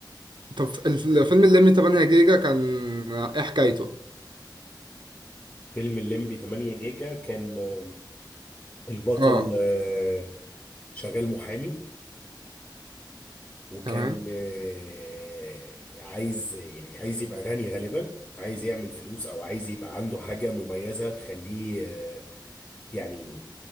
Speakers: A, on the right (about 70°); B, on the left (about 25°).
A: طب الف- الفيلم اللي من 8 جيجا كان إيه حكايته؟
B: فيلم الليمبي 8 جيجا كان آه، البطل
A: اه
B: آه، شغال محامي وكان
A: تمام
B: آه، عايز يعني عايز يبقى غني غالبا عايز يعمل فلوس او عايز يبقى عنده حاجة مميزة تخليه آه، يعني